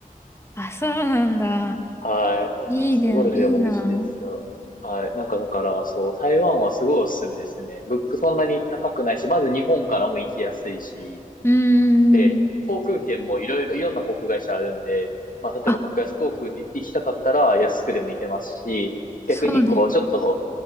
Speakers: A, on the left; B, on the left.
A: <laughs> あ、そうなんだ。
B: はい。
A: いいだよね、
B: でもすごいでも美味しいですよ。
A: いいな。
B: はい。なんかだから、そう、台湾はすごいおすすめですね。物価そんなに高くないし、まず日本からも行きやすいし、
A: うーん。
B: で、航空券もいろいろ、いろんな航空会社あるんで、まあ、例えば格安航空で行きたかったら安くでも行けますし、
A: あ、そうです。
B: 逆にこう、ちょっと